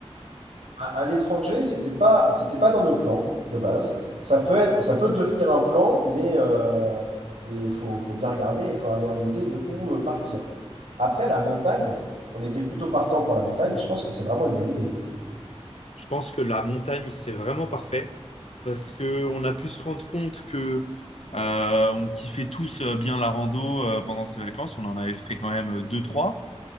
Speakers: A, on the right (about 85°); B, on the left (about 70°).
A: À, à l'étranger, c'était pas, c'était pas dans nos plans de base. Ça peut être, ça
B: Ouais.
A: peut devenir un plan, mais euh, mais il faut, faut bien regarder, il faut avoir une idée de où euh, partir. Après, la montagne, on était plutôt partant pour la montagne et je pense que c'est vraiment une bonne idée.
B: Je pense que la montagne, c'est vraiment parfait parce que on a pu se rendre compte que euh, on kiffait tous euh, bien la rando euh, pendant ces vacances. On en avait fait quand même euh, deux, trois.